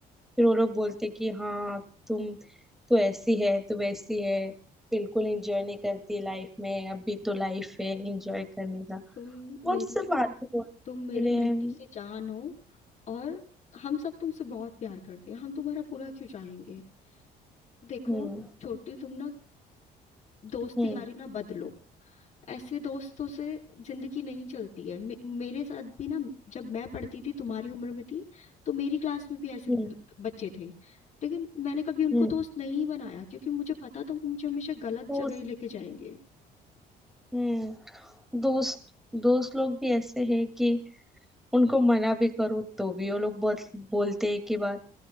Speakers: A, in the centre; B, on the left.
A: फिर वो लोग बोलते हैं कि हाँ तुम तो ऐसी है तू वैसी है बिल्कुल एंजॉय नहीं करती लाइफ में अभी तो लाइफ है एंजॉय करने का
B: तुम
A: वो
B: मेरी
A: सब बातें बोलने
B: तुम मेरी
A: के लिए
B: नन्ही
A: हम्म
B: सी जान हो और हम सब तुमसे बहुत प्यार करते हैं हम तुम्हारा बुरा क्यों चाहेंगे देखो
A: हम्म
B: छोटी तुम ना दोस्ती
A: हम्म
B: यारी ना बदलो ऐसे दोस्तों से जिंदगी नहीं चलती है मे मेरे साथ भी ना जब मैं पढ़ती थी तुम्हारी उम्र में थी तो मेरी क्लास में भी ऐसे
A: हम्म
B: ल- बच्चे थे लेकिन मैंने कभी उनको
A: हम्म,
B: दोस्त नहीं बनाया क्योंकि मुझे पता था वो मुझे हमेशा गलत
A: हम्म,
B: जगह ही लेके जाएंगे
A: हम्म, दोस्त दोस्त लोग भी ऐसे हैं कि उनको मना भी करो तो भी वो लोग बहुत बोलते हैं कि बात